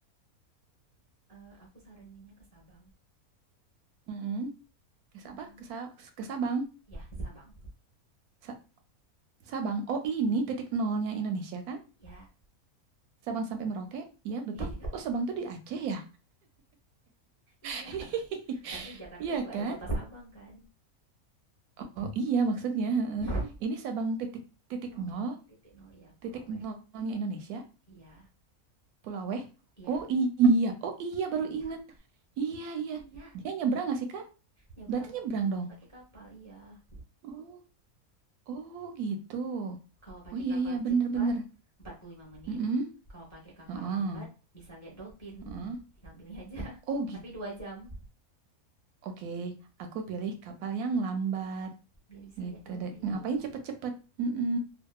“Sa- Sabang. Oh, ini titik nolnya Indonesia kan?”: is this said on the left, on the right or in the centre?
Right